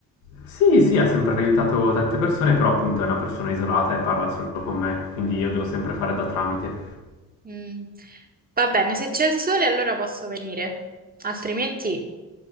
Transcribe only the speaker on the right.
Mm, va bene, se c'è il sole allora posso venire, altrimenti...